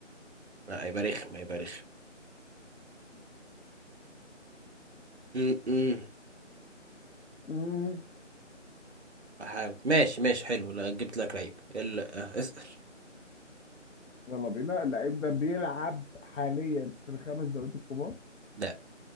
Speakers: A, on the right; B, on the left.
A: ما هيبقى رخم هيبقى رخم م- م.
B: مم.
A: بحاول ماشي ماشي حلو لا جبت لك لعيب لا اسأل
B: يلا بينا اللعيب ده بيلعب حاليا في الخمس دوريات الكبار
A: لا